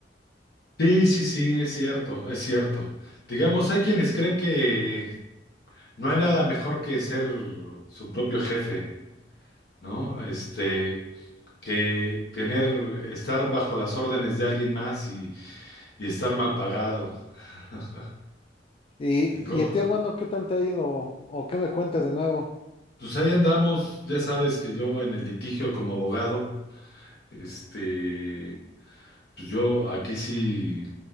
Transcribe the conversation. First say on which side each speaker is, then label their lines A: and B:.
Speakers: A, on the left (about 65°); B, on the left (about 30°).
A: Sí, sí, sí, es cierto, es cierto. Digamos, hay quienes creen que no hay nada mejor que ser su propio jefe, ¿no? Este, que tener, estar bajo las órdenes de alguien más y, y estar mal pagado. <laughs>
B: Y,
A: Co-
B: y a ti, hermano, ¿qué tanto ha ido? ¿O qué me cuentas de nuevo?
A: Pues ahí andamos, ya sabes que yo en el litigio como abogado. Este, pues yo aquí sí